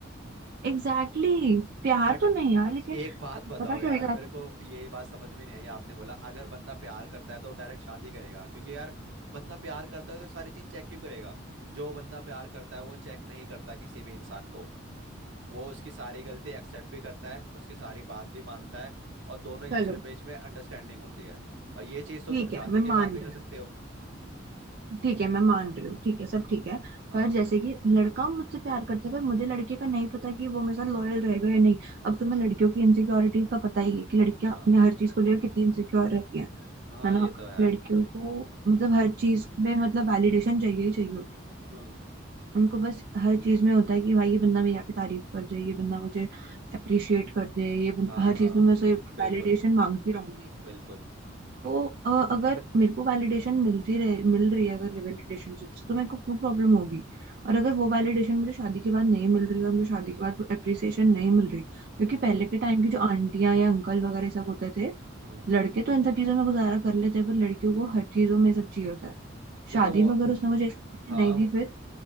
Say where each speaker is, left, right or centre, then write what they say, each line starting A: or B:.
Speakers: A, on the right; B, on the right.
A: है Exactly exactly. प्यार
B: बट
A: तो नहीं यार लेकिन
B: एक बात बताओ
A: पता चल
B: यार
A: जाता
B: मेरे को
A: है।
B: यही बात समझ में नहीं आई आपने बोला अगर बंदा प्यार करता है तो डायरेक्ट शादी करेगा क्योंकि यार बंदा प्यार करता है तो सारी चीज चेक क्यों करेगा जो बंदा प्यार करता है वो चेक नहीं करता किसी भी इंसान को वो उसकी सारी गलती एक्सेप्ट भी करता है उसकी सारी बात भी मानता है और दोनों एक
A: चलो
B: दूसरे के बीच में अंडरस्टैंडिंग होती है और ये चीज तो
A: ठीक
B: तुम शादी
A: है मैं
B: के
A: मान
B: बाद भी
A: रही
B: कर सकते
A: हूँ
B: हो
A: ठीक है मैं मान रही हूँ ठीक है सब ठीक है
B: हाँ
A: पर जैसे कि लड़का मुझसे प्यार करता है पर मुझे लड़के का नहीं पता कि वो मेरे साथ लॉयल रहेगा या नहीं अब तुम्हें लड़कियों की इनसिक्योरिटीज का पता ही है कि लड़कियां
B: हाँ
A: अपने हर चीज को लेकर कितनी इनसिक्योर रहती हैं
B: हाँ
A: है ना
B: ये तो है
A: लड़कियों को मतलब हर चीज में मतलब वैलिडेशन चाहिए ही चाहिए होती है।
B: हम्म
A: उनको बस हर चीज में होता है कि भाई ये बंदा मेरी आके तारीफ कर दे ये बंदा मुझे अप्रिशिएट कर दे ये बन...
B: हाँ
A: हर चीज
B: हाँ
A: में मैं उसे वैलिडेशन
B: बिल्कुल
A: मांगती रहूंगी
B: बिल्कुल
A: तो अ, अगर मेरे को वैलिडेशन मिलती रहे मिल रही है अगर लिव इन रिलेशनशिप से तो मेरे को क्यों प्रॉब्लम होगी और अगर वो वैलिडेशन मुझे शादी के बाद नहीं मिल रही और मुझे शादी के बाद वो अप्रिसिएशन नहीं मिल रही क्योंकि
B: हम्म
A: पहले के टाइम की जो आंटियां या अंकल वगैरह ये सब होते थे
B: हम्म
A: लड़के तो इन सब चीजों में गुजारा कर लेते हैं पर लड़कियों को हर चीजों में ये सब चाहिए होता है
B: देखो
A: शादी
B: वो
A: में अगर उसने मुझे इस चीज़
B: हाँ
A: से नहीं दी
B: वो,
A: फिर